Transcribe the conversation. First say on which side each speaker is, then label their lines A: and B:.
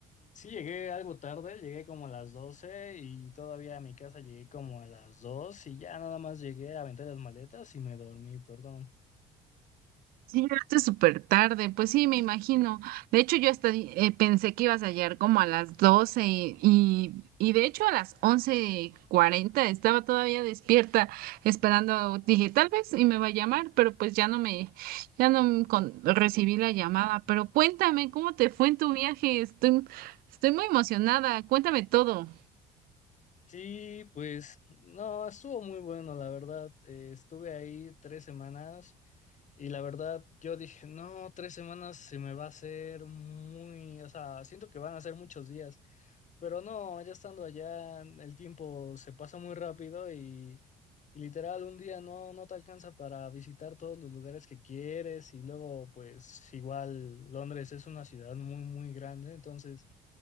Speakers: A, on the left; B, on the right.
A: sí llegué algo tarde, llegué como a las 12 y todavía a mi casa llegué como a las 2 y ya nada más llegué a aventar las maletas y me dormí, perdón.
B: Sí, llegaste súper tarde, pues sí, me imagino. De hecho, yo hasta di- eh, pensé que ibas a llegar como a las 12 y, y y de hecho a las once cuarenta estaba todavía despierta esperando. Dije, tal vez y me va a llamar, pero pues ya no me, ya no me con- recibí la llamada. Pero cuéntame, ¿cómo te fue en tu viaje? Estoy, estoy muy emocionada. Cuéntame todo.
A: Sí, pues no, estuvo muy bueno, la verdad, eh, estuve ahí tres semanas y la verdad yo dije, no, tres semanas se me va a hacer muy, o sea, siento que van a ser muchos días. Pero no, ya estando allá, el tiempo se pasa muy rápido y, y literal un día no, no te alcanza para visitar todos los lugares que quieres y luego pues igual Londres es una ciudad muy muy grande, entonces